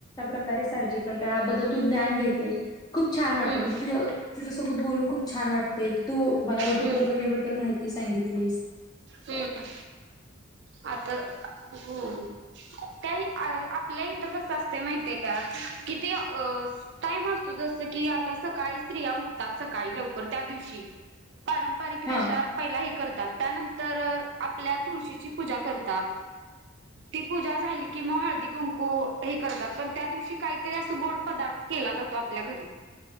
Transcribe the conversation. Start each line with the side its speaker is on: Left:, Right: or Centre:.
Left: <unintelligible> कारे सारी कर याबद्दल तू ज्ञान घेतेस खूप छान वाटलं
Right: हम्म
Left: म्हणजे तुझ्या तुझ्यासोबत बोलून खूप छान वाटते की तू मला वटपौर्णिमेबद्दल
Right: हम्म
Left: माहिती सांगितलीस
Right: हम्म आता हो काही आपल्या इथं कसं असते माहिितय का कि ते टाइम असतो जस की आता सकाळी स्त्रिया उठतात सकाळी लवकर त्या दिवशी पारंपरिक वेषा
Left: हा
Right: पहिला हे करत त्यानंतर आपल्या तुळशीची पूजा करतात ती पूजा झाली की मग हळदी ुमक हे करतात त्या दिवशी काहीतरी अस गोड पदार्थ केला जातो आपल्या घरी